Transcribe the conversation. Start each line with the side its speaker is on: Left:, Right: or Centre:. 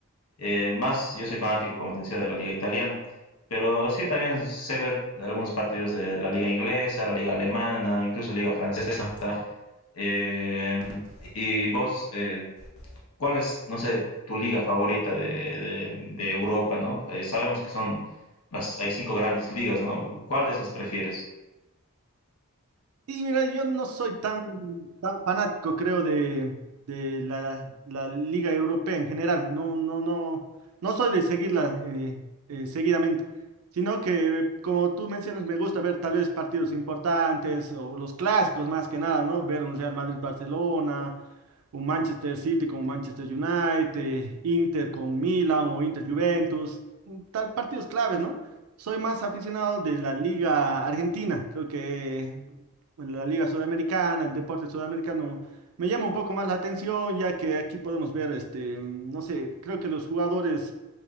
Left: Eh, más, yo soy fanático, como te decía, de la Liga Italiana. Pero sí, también sé ver algunos partidos de la Liga Inglesa, la Liga Alemana, incluso Liga Francesa. Eh, ¿y vos, eh, ¿Cuál es, no sé, tu liga favorita de, de- de Europa, ¿no? Eh, sabemos que son las, hay cinco grandes ligas, ¿no? ¿Cuál de esas prefieres?
Right: Y mira, yo no soy tan, tan fanático, creo, de, de la, la Liga Europea en general. No, no, no, no soy de seguirla eh, eh, seguidamente, sino que, como tú mencionas, me gusta ver tal vez partidos importantes o los clásicos más que nada, ¿no? Ver un Real Madrid-Barcelona, un Manchester City con Manchester United, Inter con Milan o Inter-Juventus, tal partidos claves, ¿no? Soy más aficionado de la Liga Argentina, creo que bueno, la Liga Sudamericana, el deporte sudamericano, me llama un poco más la atención, ya que aquí podemos ver, este, no sé, creo que los jugadores